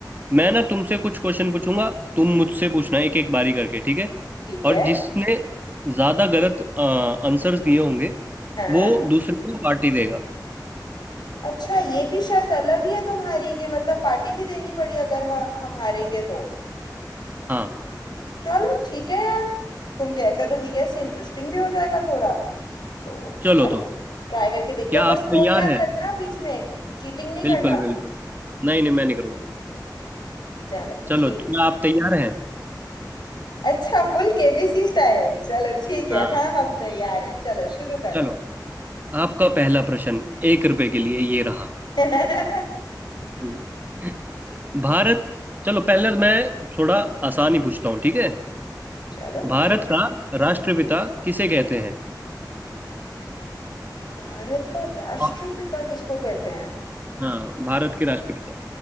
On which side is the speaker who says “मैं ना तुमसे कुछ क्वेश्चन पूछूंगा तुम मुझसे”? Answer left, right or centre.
Right